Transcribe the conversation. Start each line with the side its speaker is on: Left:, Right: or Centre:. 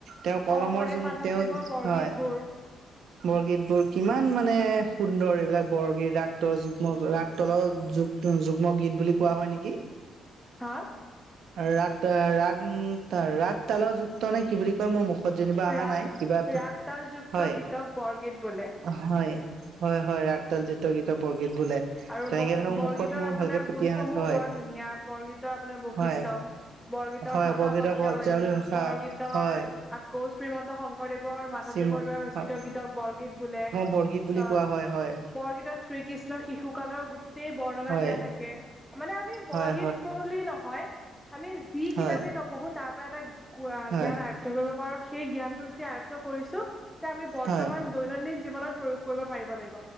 Right: তেওঁ কলমৰ
Centre: শংকৰদেৱ
Right: যোন
Centre: মাধৱদেৱৰ
Right: তেওঁ
Centre: বৰগীতবোৰ
Right: হয়। বৰগীত বোৰ কিমান মানে সুন্দৰ এইবিলাক বৰগীত ৰাক্ত যুগ্ম ৰা তল যুগ যুগ্ম গীত বুলি কোৱা হয় নেকি?
Centre: হা?
Right: ৰাগ-ৰাগ-ৰাগ তালাও যুক্ত নে কি বুলি মোৰ মুখত যেনিবা অহা
Centre: ৰাগ
Right: নাই কিবা এ
Centre: ৰাগ
Right: হয়।
Centre: তালযুক্ত গীতক বৰগীত বোলে
Right: হয়, হয়, হয় ৰাগতাল জিত গীতৰ বৰগীত বোলে।
Centre: আৰু
Right: তেনেকে
Centre: বৰ
Right: ধৰক
Centre: বৰগীতৰ
Right: মুখত মোৰ
Centre: আপোনাৰ
Right: ভালকে ফুটি
Centre: গুণসমূহ
Right: অহা নাছিল হয়
Centre: বৰ ধুনীয়া, বৰগীতৰ আপোনাৰ বৈশিষ্ট্য।
Right: হয়
Centre: বৰগীতৰ
Right: হয়
Centre: ভাষা
Right: বৰগীতৰ
Centre: বৰ্যাবলি,
Right: ভজাৱলী ভাষা
Centre: বৰগীতৰ
Right: হয়
Centre: আকৌ শ্ৰীমন্ত শংকৰ শংকৰদেৱৰ মাধৱদেৱৰ
Right: গীতসমূহ
Centre: দ্বাৰা ৰচিত গীতক বৰগীত বোলে।
Right: বৰগীত বুলি
Centre: তাৰপিছত
Right: কোৱা হয় হয়
Centre: বৰগীতত শ্ৰীকৃষ্ণৰ শিশুকালৰ গোট ই বৰ্ণনা
Right: হয়
Centre: দিয়া থাকে। মানে আমি বৰগীত
Right: হয়
Centre: বুলি নহয়, আমি যি
Right: হয়
Centre: কিতাপেই নপঢ়ো তাৰ পৰা এটা
Right: হয়
Centre: জ্ঞান আৰ্য কৰিব পাৰোঁ, সেই জ্ঞান যদি আয়ত্ব কৰিছোঁ, তে আমি বৰ্তমান
Right: হয়
Centre: দৈনন্দিন জীৱনত প্ৰয়োগ কৰিব পাৰিব লাগিব।